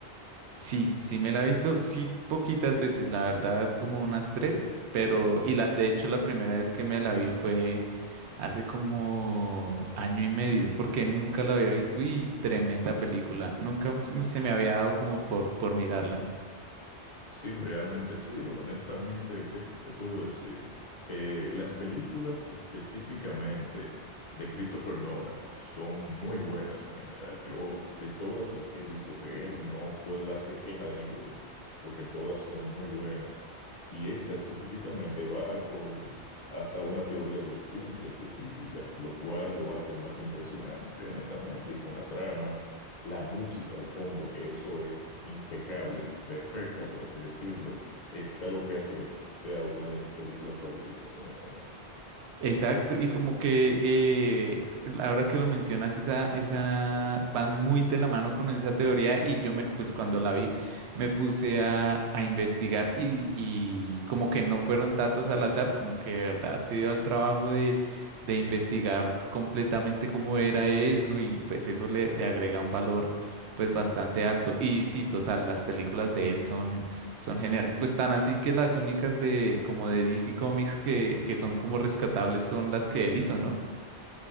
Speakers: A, on the right; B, on the left.
A: Sí, sí me la he visto, sí poquitas veces, la verdad, como unas tres, pero, y la, de hecho la primera vez que me la vi fue hace como año y medio, porque nunca la había visto y tremenda película, nunca se me se me había dado como por, por mirarla.
B: Sí, realmente sí. Honestamente, ¿qué te puedo decir? Eh, las películas específicamente de Christopher Nolan son muy buenas en general. Yo, de todas las que he visto que él, no puedo darte queja de ninguna, porque todas son muy buenas. Y esta específicamente va acorde hasta una teoría de ciencias, de física, lo cual lo hace más impresionante, honestamente, y con la trama la música de fondo, que eso es impecable, perfecta, por así decirlo, es algo que hace que sea una de mis películas favoritas, honestamente.
A: Exacto, y como que eh, c- ahora que lo mencionas, esa, esa van muy de la mano con esa teoría y yo me, pues cuando la vi, me puse a, a investigar y, y como que no fueron datos al azar, como que de verdad se dio al trabajo de, de investigar completamente cómo era eso y pues eso le, le agrega un valor pues bastante alto. Y sí, total, las películas de él son son geniales. Pues tan así que las únicas de como de DC Comics que, que son como rescatables son las que él hizo, ¿no?